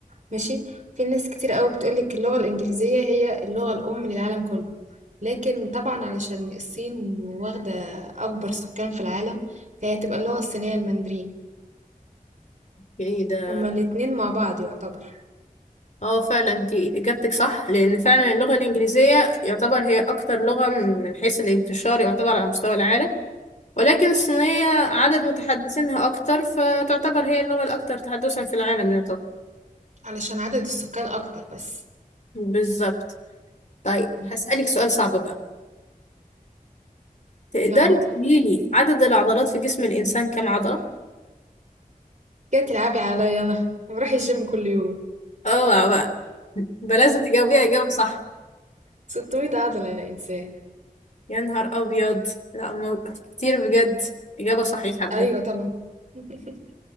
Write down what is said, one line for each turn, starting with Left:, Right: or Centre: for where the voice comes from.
Right: ماشي، في ناس كتير أوي بتقول لِك اللغة الإنجليزية هي اللغة الأم للعالم كله، لكن طبعًا علشان الصين واخدة أكبر سكان في العالم، فهي هتبقى اللغة الصينية الماندرين،
Left: ايه ده
Right: هُم الاتنين مع بعض يعتبر.
Left: اه فعلا دي اجابتك صح لان فعلا اللغه الانجليزيه يعتبر هي اكتر لغه من حيث الانتشار يعتبر على مستوى العالم ولكن الصينيه عدد متحدثينها اكتر فتعتبر هي اللغه الاكثر تحدثا في العالم يعتبر
Right: علشان عدد السكان اكتر بس
Left: بالظبط طيب
Right: مم.
Left: هسألك سؤال صعب بقى تقدري
Right: اه
Left: تقولي لي عدد العضلات في جسم الانسان كم عضله
Right: جاي تلعبي عليا انا بروح الجيم كل يوم
Left: اوعى بقى بقى لازم تجاوبيها اجابه صح
Right: 600 عضلة يا انسان
Left: يا نهار ابيض لا مو- كتير بجد اجابه صحيحه بجد
Right: ايوه طبعا <laughs>